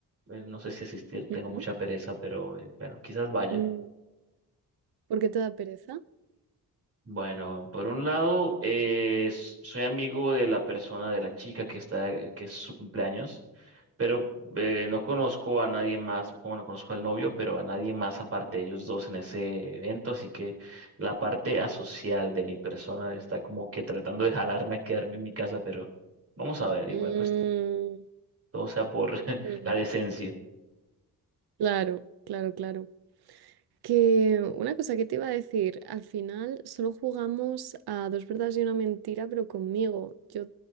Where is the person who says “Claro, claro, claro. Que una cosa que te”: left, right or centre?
Right